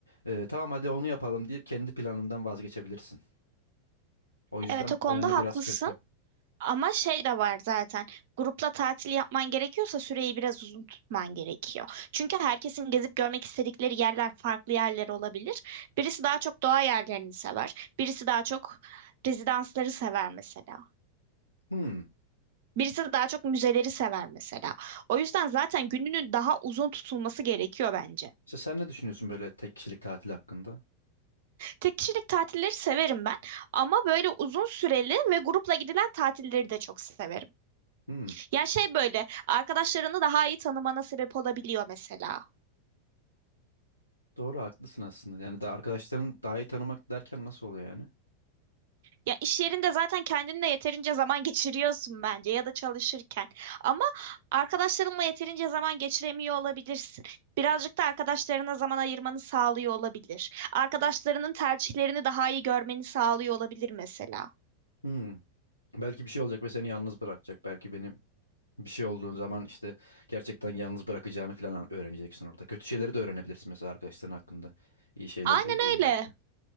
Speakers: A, on the left; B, on the right.
A: eee, tamam hadi onu yapalım deyip kendi planından vazgeçebilirsin. O yüzden
B: Evet o konuda
A: o yanı biraz
B: haklısın.
A: kötü.
B: Ama şey de var zaten. Grupla tatil yapman gerekiyorsa süreyi biraz uzun tutman gerekiyor. Çünkü herkesin gezip görmek istedikleri yerler farklı yerler olabilir. Birisi daha çok doğa yerlerini sever. Birisi daha çok rezidansları sever mesela.
A: Hmm.
B: Birisi daha çok müzeleri sever mesela. O yüzden zaten gününün daha uzun tutulması gerekiyor bence.
A: İşte sen ne düşünüyorsun böyle tek kişilik tatil hakkında?
B: Tek kişilik tatilleri severim ben ama böyle uzun süreli ve grupla gidilen tatilleri de çok severim.
A: Hmm.
B: Ya şey böyle arkadaşlarını daha iyi tanımana sebep olabiliyor mesela.
A: Doğru haklısın aslında. Yani da arkadaşların daha iyi tanımak derken nasıl oluyor yani?
B: Ya iş yerinde zaten kendinle yeterince zaman geçiriyorsun bence ya da çalışırken. Ama arkadaşlarınla yeterince zaman geçiremiyor olabilirsin. Birazcık da arkadaşlarına zaman ayırmanı sağlıyor olabilir. Arkadaşlarının tercihlerini daha iyi görmeni sağlıyor olabilir mesela.
A: Hmm. Belki bir şey olacak ve seni yalnız bırakacak. Belki benim bir şey olduğun zaman işte gerçekten yalnız bırakacağını falan öğreneceksin orada. Kötü şeyleri de öğrenebilirsin mesela arkadaşların hakkında. İyi şeyleri
B: Aynen
A: değil de illa
B: öyle.
A: ki.